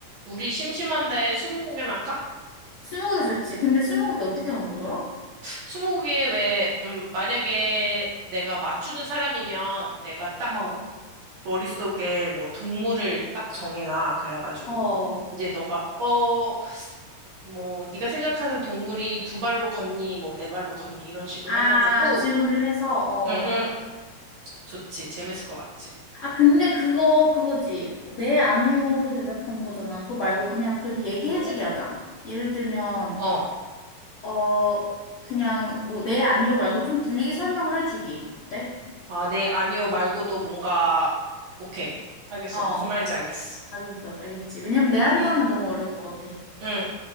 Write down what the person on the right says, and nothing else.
우리 심심한데 스무고개나 할까?
스무고개 왜, 음, 만약에 내가 맞추는 사람이면 내가 딱
머릿속에 뭐 동물을 딱 정해놔. 그래가지고
이제 너가, 어, 뭐 네가 생각하는 동물이 두 발로 걷니, 뭐 네 발로 걷니 이런 식으로
해가지고,
응, 응, 좋지. 재밌을 것 같지?
어,
아, 네, 아니요 말고도 뭔가, 오케이. 알겠어.
무슨 말인지 알겠어.
응.